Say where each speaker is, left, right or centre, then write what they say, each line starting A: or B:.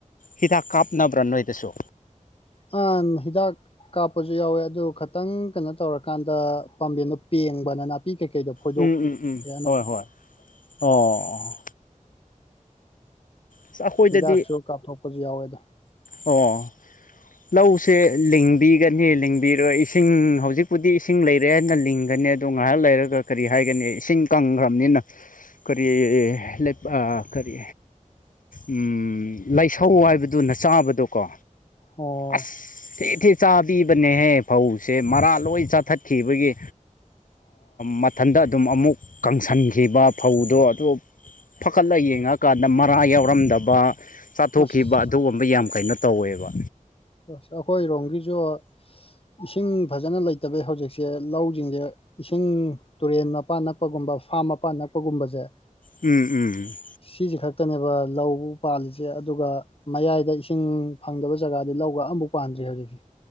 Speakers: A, on the left; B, on the left.
A: ꯍꯤꯗꯥꯛ ꯀꯥꯞꯅꯕ꯭ꯔꯥ ꯅꯣꯏꯗꯁꯨ
B: ꯑ ꯍꯤꯗꯥꯛ ꯀꯥꯞꯄꯁꯨ ꯌꯥꯎꯋꯦ ꯑꯗꯨ ꯈꯤꯇꯪ ꯀꯩꯅꯣ ꯇꯧꯔꯀꯥꯟꯗ ꯄꯥꯝꯕꯦꯟꯗꯣ ꯄꯦꯡꯕꯅ ꯅꯥꯄꯤ ꯀꯩꯀꯩꯗꯣ ꯐꯣꯏꯗꯣꯛ
A: ꯎꯝ ꯎꯝ ꯎꯝ
B: ꯑꯅꯝꯕ
A: ꯍꯣꯏ ꯍꯣꯏ ꯑꯣ ꯑꯣ ꯑꯁ ꯑꯩꯈꯣꯏꯗꯗꯤ
B: ꯍꯤꯗꯥꯛꯁꯨ ꯀꯥꯞꯊꯣꯛꯄꯁꯨ ꯌꯥꯎꯋꯦꯗ
A: ꯑꯣ ꯂꯧꯁꯦ ꯂꯤꯡꯕꯤꯒꯅꯤ ꯂꯤꯡꯕꯤꯔꯣꯏ ꯏꯁꯤꯡ ꯍꯧꯖꯤꯛꯄꯨꯗꯤ ꯏꯁꯤꯡ ꯂꯩꯔꯦ ꯍꯥꯏꯅ ꯂꯤꯡꯒꯅꯤ ꯇꯣ ꯉꯥꯏꯔ ꯂꯩꯔꯒ ꯀꯔꯤ ꯍꯥꯏꯒꯅꯤ ꯏꯁꯤꯡ ꯀꯪꯈ꯭ꯔꯕꯅꯤꯅ ꯀꯔꯤ ꯂꯩ ꯀꯔꯤ ꯎꯝ ꯂꯥꯏꯁꯧ ꯍꯥꯏꯕꯗꯨ ꯅ ꯆꯥꯕꯗꯣꯀꯣ
B: ꯑꯣ
A: ꯑꯁ ꯊꯤ ꯊꯤ ꯆꯥꯕꯤꯕꯅꯦꯍꯦ ꯐꯧꯁꯦ ꯃꯔꯥ ꯂꯣꯏ ꯆꯥꯊꯠꯈꯤꯕꯒꯤ ꯃꯊꯟꯇ ꯑꯗꯨꯝ ꯑꯃꯨꯛ ꯀꯪꯁꯟꯈꯤꯕ ꯐꯧꯗꯣ ꯑꯗꯨ ꯐꯒꯠꯂ ꯌꯦꯡꯉꯀꯥꯟꯗ ꯃꯔꯥ ꯌꯥꯎꯔꯝꯗꯕ ꯆꯥꯊꯣꯛꯈꯤꯕ
B: ꯑꯁ
A: ꯑꯗꯨꯒꯨꯝꯕ ꯌꯥꯝ ꯀꯩꯅꯣ ꯇꯧꯋꯦꯕ
B: ꯑꯁ ꯑꯩꯈꯣꯏꯔꯣꯝꯒꯤꯁꯨ ꯏꯁꯤꯡ ꯐꯖꯅ ꯂꯩꯇꯕꯩ ꯍꯧꯖꯤꯛꯁꯦ ꯂꯧꯁꯤꯡꯁꯦ ꯏꯁꯤꯡ ꯇꯨꯔꯦꯟ ꯃꯄꯥꯟ ꯅꯛꯄꯒꯨꯝꯕ ꯐꯥꯝ ꯃꯄꯥꯟ ꯅꯛꯄꯒꯨꯝꯕꯁꯦ
A: ꯎꯝ ꯎꯝ
B: ꯁꯤꯁꯦ ꯈꯛꯇꯅꯦꯕ ꯂꯧꯕꯨ ꯄꯥꯜꯂꯤꯁꯦ ꯑꯗꯨꯒ ꯃꯌꯥꯏꯗ ꯏꯁꯤꯡ ꯐꯪꯗꯕ ꯖꯒꯥ ꯇꯤꯂꯧꯒ ꯑꯃꯐꯥꯎ ꯄꯥꯟꯗ꯭ꯔꯤ ꯍꯧꯖꯤꯇꯤ